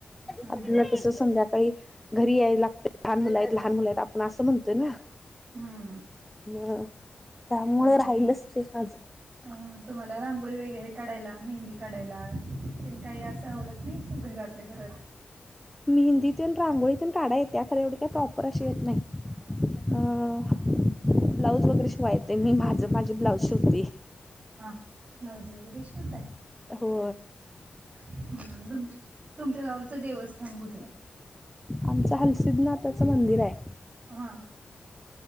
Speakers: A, on the right; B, in the centre.
A: हम्म
B: आपल्याला कस संध्याकाळी घरी यायला लागत लहान मुला आहेत लहान मुला आहेत आपण असं म्हणतोय ना
A: हम्म
B: म त्यामुळं
A: हम्म
B: राहिलच ते माझं
A: अ तुम्हाला रांगोळी वगैरे काढायला, मेहंदी काढायला त्यां काही असं आवडत नाही घरातल्या घरात
B: मेहंदीतून रांगोळीतून काढा येते खरं एवढी काही प्रॉपर अशी येत नाही.
A: हं
B: अ ब्लाऊज वगैरे शिवायचंय मी माझं माझे ब्लाऊज शिवते...
A: हा ब्लाउज वगैरे शिवताय...
B: हो...
A: हम्म तुम तुमच्या गावचं देवस्थान कुठलं...
B: आमच हलसिद्धनाथाचं मंदिर आहे...
A: हा..